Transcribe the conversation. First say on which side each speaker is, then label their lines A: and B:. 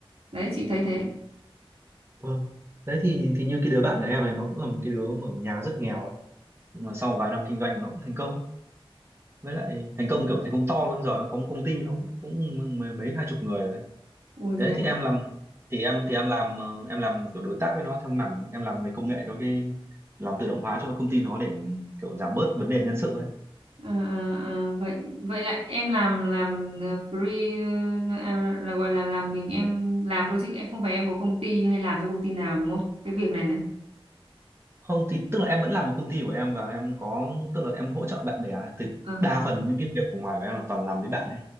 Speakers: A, on the right (about 80°); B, on the right (about 25°).
A: đấy chị thấy thế
B: vâng đấy thì thì như cái đứa bạn của em này nó cũng là một cái đứa mà ở nhà rất nghèo ấy nhưng mà sau vài năm kinh doanh nó cũng thành công với lại thành công kiểu thành công to luôn giờ nó có một công ty nó cũng mấy, mấy hai chục người rồi đấy.
A: ui
B: thế
A: thế à?
B: thì em làm thì em thì em làm ờ, em làm kiểu đối tác với nó theo mảng em làm về công nghệ cho cái làm tự động hóa cho công ty nó để kiểu giảm bớt vấn đề nhân sự ấy
A: À, à, à, vậy vậy là em làm làm ờ, free ờ, à, là gọi là làm mình em làm thôi chứ em không phải em có công ty hay làm cho công ty nào đúng không? Cái việc này này.
B: không thì tức là em vẫn làm ở công ty của em và em có tức là em hỗ trợ bạn bè ấy. thì
A: Ờ,
B: đa phần những cái việc của ngoài của em là toàn làm với bạn ấy